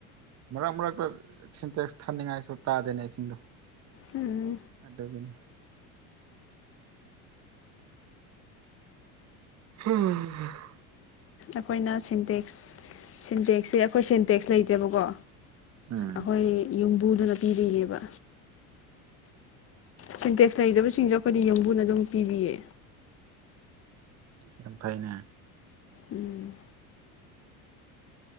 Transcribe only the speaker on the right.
ꯃꯔꯛ ꯃꯔꯛꯇ ꯁꯤꯟꯇꯦꯛꯁ ꯊꯥꯅꯤꯡꯉꯥꯏꯁꯨ ꯇꯥꯗꯦꯅꯦ ꯏꯁꯤꯡꯗꯣ
ꯑꯗꯨꯒꯤꯅꯦ ꯍꯝ
ꯎꯝ
ꯌꯥꯝ ꯐꯥꯏꯅꯦ